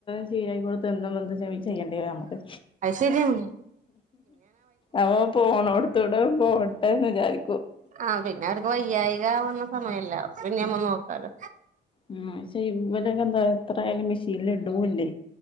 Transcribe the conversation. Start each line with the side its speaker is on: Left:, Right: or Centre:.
Left: ശീലായികൊടുത്തന്നും എന്ത ചെയ്യേണ്ടിവരും നമുക്ക്
Right: അത് ശെരിയാണ്
Left: അവ പോണോടത്തൂടെ പോട്ടെന്ന് വിചാരിക്ക
Right: ആഹ് പിന്നെ അവർക്ക് വയ്യായികവുന്ന സമയമില്ലേ അപ്പ പിന്നെ നമുക്ക് നോക്കാലോ
Left: ഉം പക്ഷെ ഇവലക്കെ എന്താ എത്രയാലും മെഷീനൽ ഇടൂല്ലേ